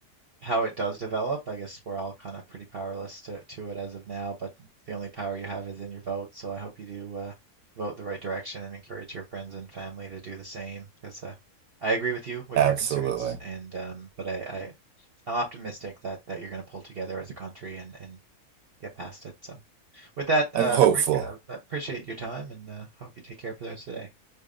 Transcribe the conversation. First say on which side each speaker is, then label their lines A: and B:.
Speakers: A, on the right; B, on the right.
A: how it does develop. I guess we're all kind of pretty powerless to to it as of now, but the only power you have is in your vote. So I hope you do uh, vote the right direction and encourage your friends and family to do the same. Because uh, I agree with you with
B: Absolutely.
A: your concerns, and um, but I, I I'm optimistic that that you're going to pull together as a country and and get past it. So, with that, uh,
B: I'm hopeful.
A: Rick, uh, appreciate your time and uh, hope you take care for those today.